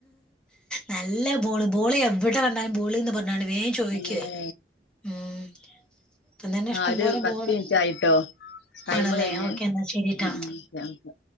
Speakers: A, in the centre; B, on the left (about 75°).
A: നല്ല ബോള് ബോളി എവിടെ കണ്ടാലും ബോളിന്ന് പറ <unintelligible> ചോദിക്കുവായിരുന്ന
B: അല്ലല്ലേ
A: ഉം ഇപ്പ തന്നെ ഇഷ്ടം
B: ആഹ് ഒരു
A: പോലെ
B: പത്ത്
A: ബോള്
B: മിനിറ്റ് ആയിട്ടോ ടൈം
A: ആണല്ലേ
B: കഴിഞ്ഞേ
A: ഓക്കേ എന്നാ ശെരിട്ടാ
B: ഉം ഉം ഓക്കെ ഓക്കെ